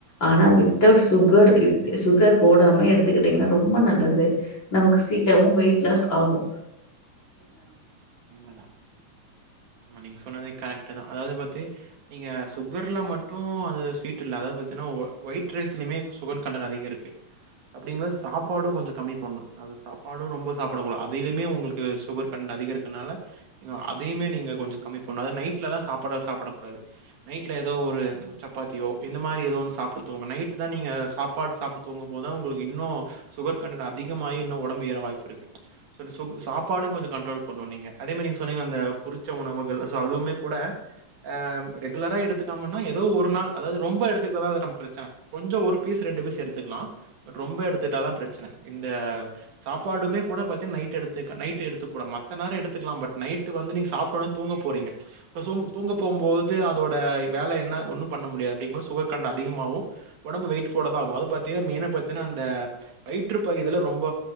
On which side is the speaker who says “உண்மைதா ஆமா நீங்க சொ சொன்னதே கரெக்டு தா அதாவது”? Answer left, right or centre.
Right